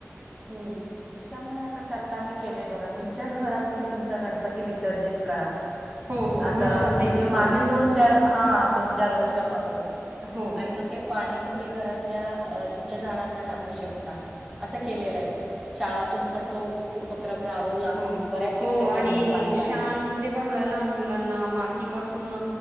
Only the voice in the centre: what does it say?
त्यामुळे आता सरकारने केलंय बघा तुमच्याच घरात तुम्ही तुमचा गणपती विसर्जित करा
आता
म्हणजे मागील
दोन चार
हा दोन चार वर्षापासून
आणि मग ते पाणी तुम्ही घरातल्या तुमच्या झाडांना टाकू शकता असं केलेलं आहे शाळातून पण तो उप राबवला
बऱ्याच शिक्षकांनी
पालकांनी